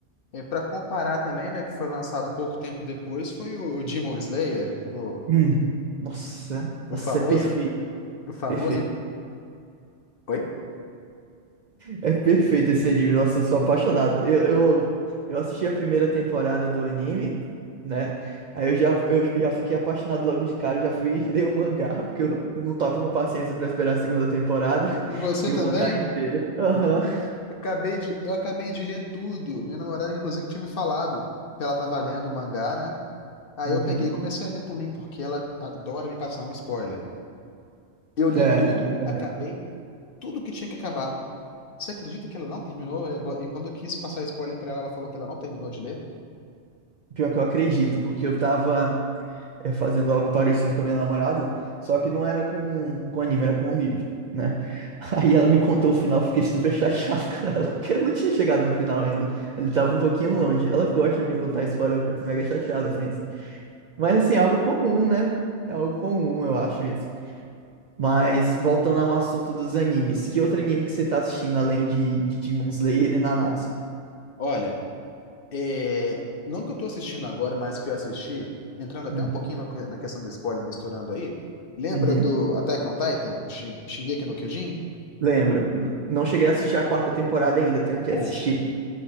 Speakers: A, on the left; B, on the right.
A: É, para comparar também, né, que foi lançado pouco tempo depois, foi o Demon Slayer, o,
B: Hum. Nossa,
A: o
B: nossa,
A: famoso,
B: é perfeito,
A: o famoso.
B: perfeito.
A: Oi?
B: É perfeito esse anime, nossa, eu sou apaixonado. Eu, eu, eu assisti a primeira temporada do anime, né? Aí eu já, eu já fiquei apaixonado logo de cara, já fui <laughs> ler o mangá, porque eu, eu não tava com paciência pra esperar a segunda temporada. <laughs>
A: E você
B: Vi
A: também?
B: o mangá inteiro. Aham. <laughs>
A: Eu acabei de, eu acabei de ler tudo. Minha namorada, inclusive, tinha me falado que ela tava lendo o mangá, né? Aí
B: Uhum.
A: eu peguei e comecei a ler também, porque ela adora me passar um spoiler. Eu li
B: É,
A: tudo,
B: a mim também.
A: acabei tudo que tinha que acabar. Você acredita que ela não terminou? E agora- e quando eu quis passar spoiler pra ela, ela falou que ela não terminou de ler?
B: Pior que eu acredito, porque eu tava. é, fazendo algo parecido com a minha namorada, só que não era com, com anime, era com um livro, né? <laughs> Aí ela me contou o final, eu fiquei super chateado <laughs> com ela, porque eu não tinha chegado no final ainda. Ele tava um pouquinho longe. Ela gosta de me contar spoiler, eu fico mega chateado com isso. Mas assim, é algo comum, né? É algo comum, eu acho isso. Mas voltando ao assunto dos animes, que outro anime que você tá assistindo além de, de Demon Slayer e Nanatsu?
A: Olha. É, não que eu tô assistindo agora, mas que eu assisti, entrando até
B: Uhum.
A: um pouquinho no- na questão do spoiler, misturando aí. Lembra
B: Uhum.
A: do Attack on Titan? O Shin- Shingeki no Kyojin?
B: Lembro. N- não cheguei a assistir a quarta temporada ainda, tenho que
A: Oh,
B: assistir.